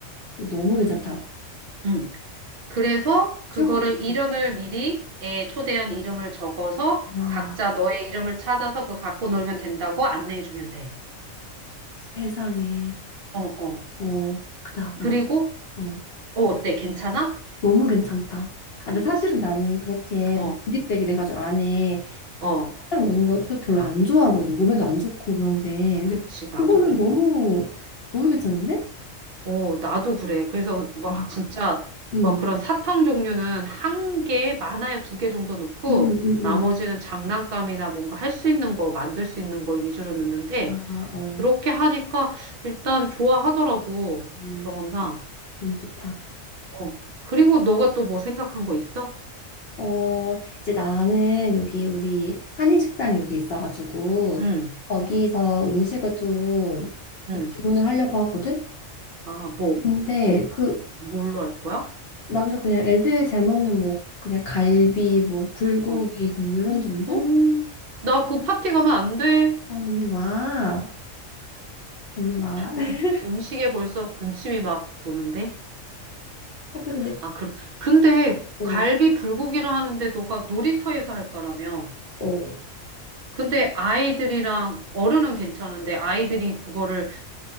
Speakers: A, on the left; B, on the right.
A: 그거 너무 괜찮다.
B: 응. 그래서 그거를
A: 최고다, 최고.
B: 이름을 미리 애 초대한 이름을 적어서
A: 와,
B: 각자 너의 이름을 찾아서 그거 갖고 놀면 된다고 안내해 주면 돼.
A: 세상에.
B: 어, 어.
A: 어, 그다.
B: 그리고
A: 어, 어,
B: 어, 어때? 괜찮아?
A: 너무 괜찮다. 아, 근데
B: 응.
A: 사실은 나는 그렇게
B: 어.
A: 뭐 구디백 이래가지고 안에
B: 어.
A: 사탕 넣는 거 별로 안 좋아하거든. 몸에도 안 좋고 그런데.
B: 그치.
A: 근데
B: 나도
A: 그거는
B: 그래.
A: 너무 너무 괜찮은데?
B: 어, 나도 그래. 그래서 막
A: 와.
B: 진짜
A: 응
B: 막 그런 사탕 종류는 한 개, 많아야 두 개 정도 넣고
A: 응응응
B: 나머지는 장난감이나 뭔가 할 수 있는 거, 만들 수 있는 걸 위주로 넣는데
A: 아, 어,
B: 그렇게 하니까 일단 좋아하더라고.
A: 어,
B: 경험상.
A: 너무 좋다.
B: 어. 그리고 너가 또 뭐 생각한 거 있어?
A: 어, 이제 나는 여기 우리 한인식당 여기 있어가지고
B: 응,
A: 거기서 음식을 좀그
B: 응.
A: 주문을 하려고 하거든.
B: 아, 뭐,
A: 근데
B: 뭐,
A: 그
B: 뭘로 할 거야?
A: 나 그래서 그냥 애들 잘 먹는 뭐 그냥 갈비 뭐 불고기
B: 어.
A: 그냥 이런
B: 음,
A: 정도?
B: 음, 나 그 파티 가면 안 돼.
A: 아, 언니 와, 언니 와. <laughs>
B: 음, 음식에 벌써 군침이 막 도는데.
A: 하여튼 근데
B: 아, 그, 럼 근데
A: 어,
B: 갈비 불고기를 하는데 너가 놀이터에서 할 거라며.
A: 어,
B: 근데 아이들이랑 어른은 괜찮은데 아이들이 그거를